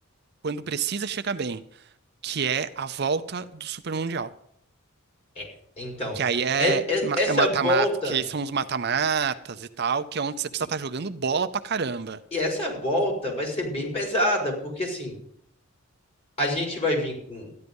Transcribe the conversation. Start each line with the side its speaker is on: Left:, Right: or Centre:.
Right: quando precisa chegar bem, que é a volta do Super Mundial.
Left: É, então,
Right: Que aí é
Left: é- é-
Right: ma-
Left: essa
Right: é mata-mata,
Left: volta
Right: que são os mata-matas e tal, que é onde você precisa
Left: e,
Right: estar jogando bola pra caramba.
Left: e essa volta vai ser bem pesada, porque assim, a gente vai vir com